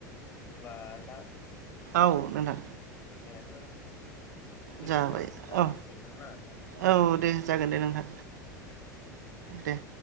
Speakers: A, on the left; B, on the right.
A: होमबा नोंथां
B: औ नोंथां
A: <unintelligible> बेखिनियावनो
B: जाबाय
A: जाथ
B: औ
A: सिगोनदांना नोंथां
B: औ दे जागोन दे नोंथां
A: दे दे
B: दे